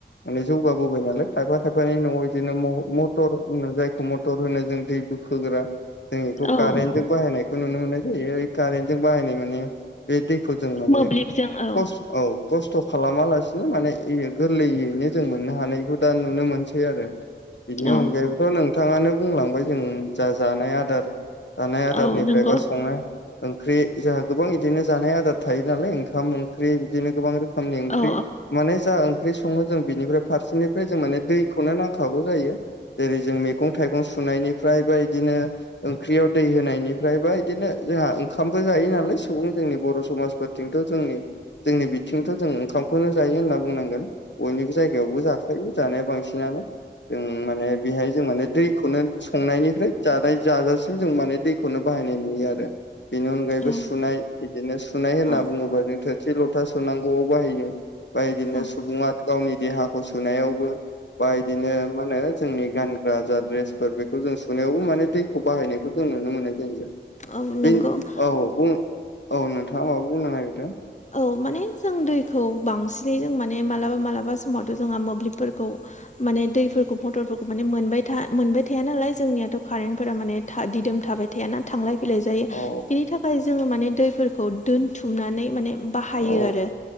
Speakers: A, on the left (about 75°); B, on the left (about 40°).
A: माने जौगाबोबाय नालाय खायफा खायफानि न'आव बिदिनो म मटर होन जायखौ मटर होनो जों दै बो खोग्रा जों बेखौ
B: औ
A: कारेन्टजों बाहायनायखौ नुनो मोननाय जायो कारेन्टजों बाहायनाय माने बे दैखौ जों माने
B: मोब्लिबजों औ
A: खस औ खस्थ' खालामालासिनो माने गोरलैयैनो जों मोननो हानायखौ दा नुनो मोनसै आरो बिनि
B: औ
A: अनगायैबोथ' नोंथाङानो बुंलांबाय जों जा जानाय आदार जानाय आदारनिफ्रायबा
B: औ नंगौ
A: संनाय ओंख्रि जोंहा गोबां बिदिनो जानाय आदार थायो नालाय ओंखाम ओंख्रि बिदिनो गोबां रोखोम खोमनि ओंख्रि
B: औ
A: माने जा ओंख्रि सङो जों बिनिफ्राय फारसेनिफ्राय जों माने दैखौनो नांखागौ जायो जेरै जों मैगं थाइगं सुनायनिफ्राय बा इदिनो ओंख्रियाव दै होनायनिफ्राय बा बिदिनो जोंहा ओंखामबो जायो नालाय सुबुं जोंनि बर' समाजफोर थिंथ' जोंनि जोंनि बिथिंथ' जों ओंखाम खौनो जायो होनना बुंनांगोन बयनिबो जायगायावबो जाफायो जानाया बांसिनानो जों माने बेहाय जों माने दैखौनो संनायनिफ्राय जानाय जाजासिम जों माने दैखौनो बाहायनाय नुयो आरो बेनि अनगायैबो
B: औ
A: सुनाय बिदिनो सुनाय होनना
B: औ
A: बुङोबा जों थोरसि लथा सुनांगौ बाहायो बा बिदिनो
B: औ
A: सुबुङा गावनि देहाखौ सुनायावबो बा इदिनो मा होनो जोंनि गानग्रा जा ड्रेसफोर बेखौ जों सुनायावबो माने दै खौ बाहायनायखौ जों नुनो मोननाय जायो
B: औ
A: बे
B: नंगौ
A: औ बुं औ नोंथाङा माबा बुंनो नागिरदों
B: औ माने जों दैखौ बांसिनै जों माने मालाबा मालाबा समावथ' जोंहा मोब्लिबफोरखौ माने दैफोरखौ मटरफोरखौ माने मोनबाय था मोनबाय थाया नालाय जोंनियाथ' कारेन्टफोरा माने दिदोम थाबाय था थाया थांलाय फैलाय जायो
A: औ
B: बिनि थाखाय जोङो माने दैफोरखौ दोनथुमनानै माने बाहायो
A: औ
B: आरो